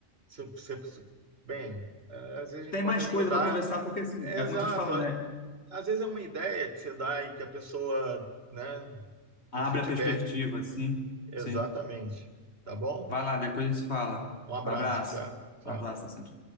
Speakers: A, on the right; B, on the left.
A: se, se, se- bem, é, às vezes a gente
B: Tem
A: pode
B: mais
A: ajudar.
B: coisa para conversar, porque assim,
A: É,
B: é
A: exato.
B: como eu tô te falando,
A: a-
B: né?
A: Às vezes é uma ideia que você dá e que a pessoa, né,
B: Abre
A: um feedback.
B: a perspectiva, sim,
A: Exatamente.
B: sim.
A: Tá bom?
B: Vai lá, depois a gente se fala.
A: Um abraço,
B: Um abraço.
A: tchau. Tchau.
B: Um abraço, sempre.